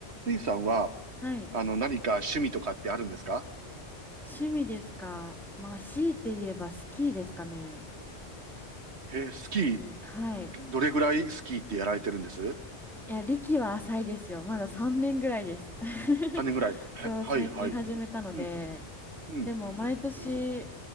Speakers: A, on the right; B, in the centre.
A: スイさんは、
B: はい。
A: あの、何か趣味とかってあるんですか
B: 趣味ですかまあ、強いて言えばスキーですかね。
A: へえスキ
B: スキー。はい。
A: ー、どれぐらいスキーってやられてるんです
B: いや、歴は浅いですよ。まだ3年ぐらいです。<laughs>
A: ?3 年ぐらい。
B: そう、
A: へはい、
B: 最近始めたので、
A: はい。うん、うん、
B: でも毎年、
A: うん、